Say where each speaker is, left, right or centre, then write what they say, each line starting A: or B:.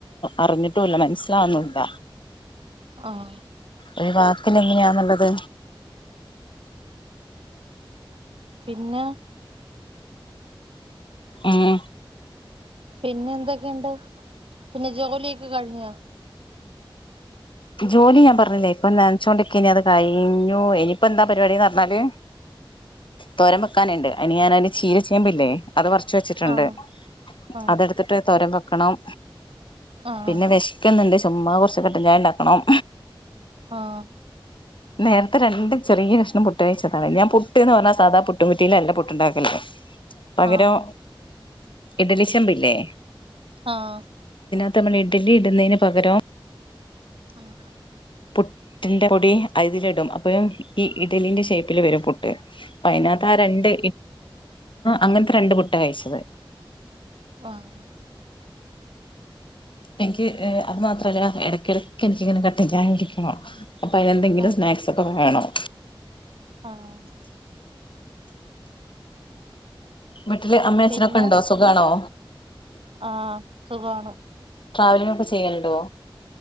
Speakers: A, on the left; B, on the right.
A: അറിഞ്ഞിട്ടുല്ല മനസ്സിലാവ്ന്നുല്ല
B: ആഹ്
A: ഒരു വാക്കില എങ്ങെനാന്ന്ള്ളത്
B: പിന്നെ
A: ഉം
B: പിന്നെ എന്തൊക്കെണ്ട്. പിന്നെ ജോലി ക്കെ കഴിഞ്ഞ്യ
A: ജോലി ഞാൻ പറഞ്ഞില്ലേ. ഇപ്പം നനച്ചോണ്ടിക്കേനി. അത് കഴിഞ്ഞൂ. എനിപ്പെന്താ പരിപാടിന്ന് പറഞ്ഞാല് തോരം വെക്കാന്ണ്ട് അയ്നി ഞാൻ അയ്ന് ചീര ചേമ്പ്‌ല്ലേ അത് പറച്ച് വെച്ചിട്ട്ണ്ട്.
B: ആഹ് ആഹ്
A: അതെടുത്തിട്ട് തോരം വെക്കണം
B: ആഹ്
A: പിന്നെ വെശ്ക്ക്ന്ന്ണ്ട്. ചുമ്മാ കൊറ്ച്ച് കട്ട ചായ ഇണ്ടാക്കണം
B: ആഹ്
A: നേര്ത്തെ രണ്ട് ചെറ്യേ കഷ്ണം പുട്ട്കഴിച്ചതാണ്. ഞാൻ പുട്ട്ന്ന് പറ്ഞ്ഞാ സാധാ പുട്ടും കുറ്റിയിലല്ല പുട്ട് ഇണ്ടാക്കല് പകരം
B: ആഹ്
A: ഇഡ്ലി ചെമ്പ് ഇല്ലേ
B: ആഹ്
A: ത്യം പറ്ന്ന ഇഡലി ഇടുന്നെയ്ന് പകരം
B: ആഹ്
A: പുട്ടിന്റെ പൊടി അതിലി ഇടും. അപ്പൊ ഈ ഇഡലിന്റെ ഷേയ്പ്പില് വെരും പുട്ട് അ അതിനകത്ത് അഹ ആഹ് രണ്ട് അങ്ങൻത്തെ രണ്ട്പുട്ട കഴിച്ചത്
B: ആഹ്
A: എനിക്ക് അത് മാത്രല്ല എടക്കിടക്ക് എനിക്കിങ്ങനെ കട്ട ചായൊടിക്കണം അപ്പ അയ്നെന്തെങ്കിലും
B: ആഹ്
A: സ്നാക്സൊ ക്കെ വേണം
B: ആഹ്
A: വീട്ടില് അമ്മ
B: പിന്നെ
A: അച്ഛനൊക്കെ ഇണ്ടോ സുഖാണോ
B: ആഹ് സുഖാണ്
A: ട്രാവലിങ്ങൊക്കെ ചെയ്യല് ഇണ്ടോ